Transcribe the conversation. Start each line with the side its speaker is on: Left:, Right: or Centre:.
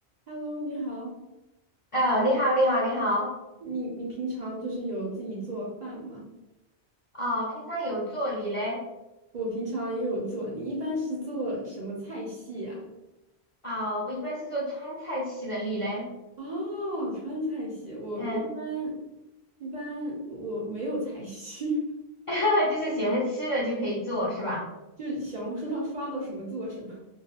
Right: Hello，你好，
Left: 哦，你好，你好，你好。
Right: 你你平常就是有自己做饭吗？
Left: 哦，平常有做你嘞？
Right: 我平常也有做，你一般是做什么菜系啊？
Left: 啊、我一般是做川菜系的你嘞。
Right: 哦，川菜系，我我一般
Left: 嗯，
Right: 一般我没有菜系，
Left: <laughs> 就是喜欢吃的就可以做，是吧？
Right: <laughs> 就是小红书上刷到什么做什么。